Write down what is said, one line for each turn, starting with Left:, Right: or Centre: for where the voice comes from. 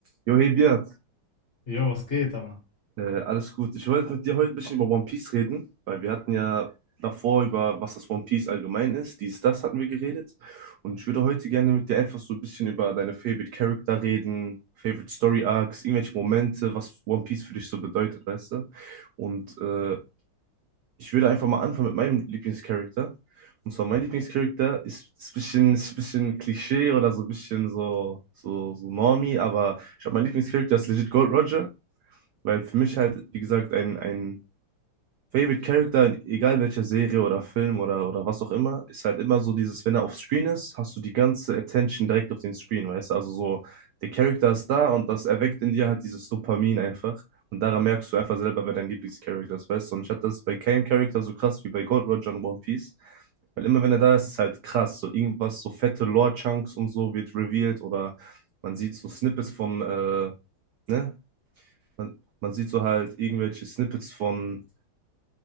Right: Jo, hey Beat,
Left: Jo, was geht, aber?
Right: äh, alles gut. Ich wollte mit dir heute ein bisschen über One Piece reden, weil wir hatten ja davor über, was das One Piece allgemein ist, dies, das hatten wir geredet. Und ich würde heute gerne mit dir einfach so ein bisschen über deine Favorite Character reden, Favorite Story Arcs, irgendwelche Momente, was One Piece für dich so bedeutet, weißt du? Und äh, ich würde einfach mal anfangen mit meinem Lieblingscharakter. Und zwar mein Lieblingscharakter ist, ist ein bisschen, ist ein bisschen Klischee oder so ein bisschen so, so, so Normie, aber ich habe meinen Lieblingscharakter ist legit Gold Roger. Weil für mich halt, wie gesagt, ein, ein Favorite Character, in egal welcher Serie oder Film oder, oder was auch immer, ist halt immer so dieses, wenn er auf Screen ist, hast du die ganze Attention direkt auf den Screen, weißt du? Also so, der Charakter ist da und das erweckt in dir halt dieses Dopamin einfach. Und daran merkst du einfach selber, wer dein Lieblingscharakter ist, weißt du? Und ich hatte das bei keinem Charakter so krass wie bei Gold Roger und One Piece. Weil immer wenn er da ist, ist halt krass. So irgendwas, so fette Lore-Chunks und so wird revealed oder man sieht so Snippets von äh, ne, man, man sieht so halt irgendwelche Snippets von,